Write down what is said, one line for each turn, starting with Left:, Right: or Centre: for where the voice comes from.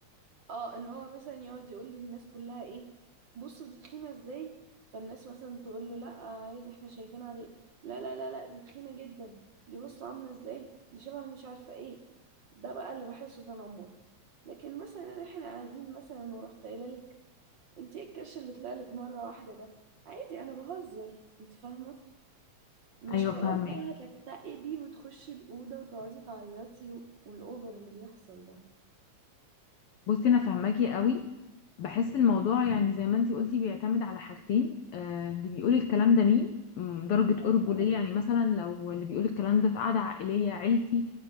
Right: اه ان هو مثلا يقعد يقول للناس كلها ايه بصوا دي تخينه ازاي فالناس مثلا تقول له لا عادي احنا شايفين عادي لا لا لا لا دي تخينه جدا دي بصوا عامله ازاي دي شبه مش عارفه ايه ده بقى اللي بحسه تنمر لكن مثلا احنا قاعدين مثلا ورحت قايله لك انت ايه الكرش اللي طلع لك مره واحده ده عادي انا بهزر انت فاهمه مش
Left: أيوه
Right: خلاص
Left: فهماكي
Right: بقى هتكتئبي وتخشي الاوضه وتقعدي تعيطي و- والاوفر اللي بيحصل ده
Left: بصي انا فاهماكي قوي بحس الموضوع يعني زي ما انتي قلتي بيعتمد على حاجتين آه، اللي بيقول الكلام ده مين مم، درجة قربه
Right: ايوه
Left: ليا يعني مثلا لو اللي بيقول الكلام ده في قعدة عائلية عيلتي